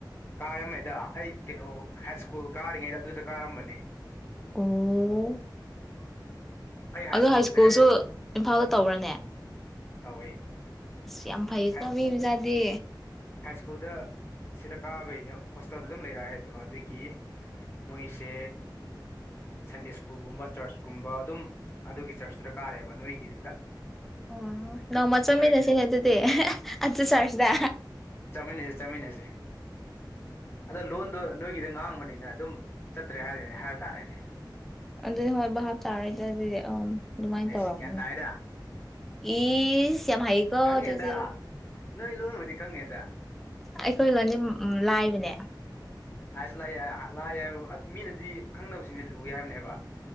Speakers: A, on the left; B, in the centre.
A: ꯀꯥꯔꯝꯃꯦꯗ ꯑꯩ ꯀꯩꯅꯣ ꯍꯥꯏ ꯁ꯭ꯀꯨꯜ ꯀꯥꯔꯤꯉꯩꯗ ꯑꯗꯨꯗ ꯀꯥꯔꯝꯕꯅꯤ
B: ꯑꯣ
A: ꯑꯩ
B: ꯑꯗꯨ
A: ꯁ꯭ꯀꯨꯜꯁꯦ
B: ꯍꯥꯏ ꯁ꯭ꯀꯨꯜꯁꯨ ꯏꯝꯐꯥꯜꯗ ꯇꯧꯕꯔꯥꯅꯦ
A: ꯇꯧꯋꯦ
B: ꯑꯁ ꯌꯥꯝ ꯐꯩꯀꯣ
A: ꯍꯥꯏ
B: ꯃꯤ ꯃꯆꯥꯗꯤ
A: ꯍꯥꯏ ꯁ꯭ꯀꯨꯜꯗ ꯁꯤꯗ ꯀꯥꯕꯒꯤꯅꯦ ꯍꯣꯁꯇꯦꯜꯗ ꯑꯗꯨꯝ ꯂꯩꯔꯛꯑꯦ ꯍꯥꯏꯗꯣ ꯑꯗꯨꯒꯤ ꯃꯣꯏꯁꯦ ꯁꯟꯗꯦ ꯁ꯭ꯀꯨꯜꯒꯨꯝꯕ ꯆꯔꯆꯀꯨꯝꯕ ꯑꯗꯨꯝ ꯑꯗꯨꯒꯤ ꯆꯔꯆꯇꯨꯗ ꯀꯥꯔꯦꯕ ꯅꯣꯏꯒꯤꯗꯨꯗ
B: ꯑꯣ ꯅꯣꯡꯃ ꯆꯥꯠꯃꯤꯟꯅꯁꯤꯅꯦ
A: ꯅꯣꯏꯒꯤ
B: ꯑꯗꯨꯗꯤ ꯑꯗꯨ ꯆꯥꯔꯁ ꯇꯨꯗꯥ
A: ꯆꯥꯠꯃꯤꯟꯅꯁꯦ ꯆꯠꯃꯤꯟꯅꯖꯦ ꯑꯗꯣ ꯂꯣꯟꯗꯣ ꯅꯣꯏꯒꯤꯗ ꯉꯥꯡꯕꯅꯤꯅ ꯑꯗꯨꯝ ꯆꯠꯇ꯭ꯔꯦ ꯍꯥꯏꯔꯦ꯫ ꯅꯦ ꯍꯥꯏꯕ ꯇꯥꯔꯦꯅꯦ
B: ꯑꯗꯨꯗꯤ ꯍꯣꯏ ꯚꯥꯞꯇꯥꯥꯔꯦ꯫ꯗ ꯑꯗꯨꯗꯤ ꯑꯗꯨꯃꯥꯏꯅ
A: ꯑꯁ
B: ꯇꯧꯔꯝꯒꯅꯤ
A: ꯒꯌ꯭ꯥꯟ ꯇꯥꯏꯗ
B: ꯏꯁ ꯌꯥꯝ ꯍꯩꯀꯣ
A: ꯈꯪꯉꯦꯗ
B: ꯑꯗꯨꯗꯤ
A: ꯅꯣꯏ ꯂꯣꯟꯕꯨꯗꯤ ꯈꯪꯉꯦꯗ
B: ꯑꯩꯈꯣꯏ ꯂꯣꯟꯗꯤ ꯂꯥꯏꯕꯅꯦ
A: ꯂꯥꯏꯁꯨ ꯂꯥꯏꯌꯦ ꯂꯥꯏꯌꯦ ꯍꯥꯏꯕ ꯃꯤꯅꯗꯤ ꯈꯪꯗꯕꯁꯤꯡꯗꯤ ꯂꯨꯏ ꯍꯥꯏꯕꯅꯦ ꯍꯥꯏꯕꯥ